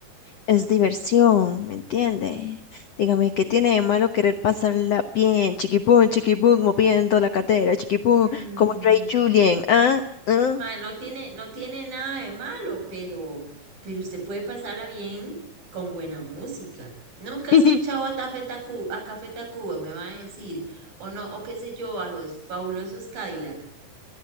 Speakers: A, on the left; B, on the right.
A: es diversión, ¿me entiende? Dígame, ¿qué tiene de malo querer pasarla bien? Chiquipum, chiquipum, moviendo la cadera, chiquipum,
B: Mm,
A: como el Rey Julien, ¿ah? ¿Ah?
B: mae, no tiene, no tiene nada de malo, pero, pero usted puede pasarla bien con buena música. Nunca he
A: <laughs>
B: escuchado a, Café Tacu a Café Tacuba, me va a decir, o no, o qué sé yo, a los fabulosos Cadillac.